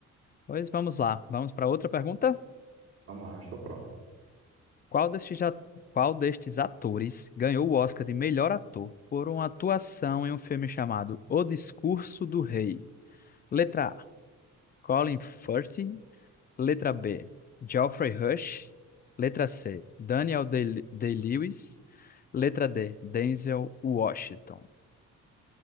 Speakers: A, on the left; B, on the right.
A: Pois vamos lá, vamos para outra pergunta.
B: Vamos lá, estou pronto.
A: Qual destes, a- qual destes atores ganhou o Oscar de melhor ator por uma atuação em um filme chamado O Discurso do Rei? Letra A, Colin Firth. Letra B, Geoffrey Rush. Letra C, Daniel Day- Day-Lewis. Letra D, Denzel Washington.